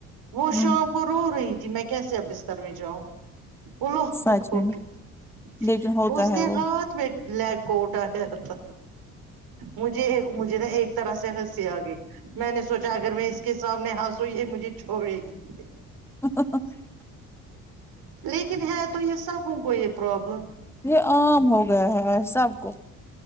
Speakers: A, on the right; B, in the centre.
A: وہ
B: ہوں
A: شام کو رو رہی تھی میں کیسے اب بستر میں جاؤں <unintelligible>
B: سچ میں لیکن ہوتا
A: اس
B: ہے
A: نے
B: وہ
A: ہاتھ میں بلیک کوٹ آ یا تھا مجھے مجھے نا ایک طرح سے ہنسی آگئی میں نے سوچا اگر میں اس کے سامنے ہاسو یہ مجھے چھوڑے گی
B: ہ ہ ہ
A: لیکن ہے تو یہ سب ان کو یہ پروبلم
B: یہ عام ہو گیا ہے سب کو